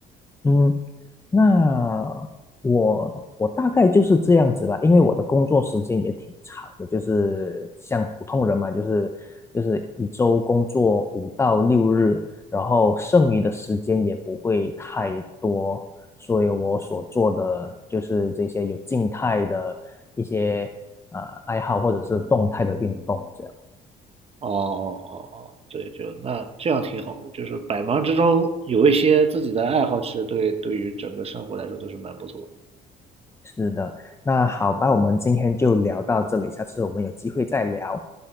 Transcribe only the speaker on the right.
哦哦哦哦，对，就那这样挺好的，就是百忙之中有一些自己的爱好，其实对对于整个生活来说都是蛮不错的。
嗯，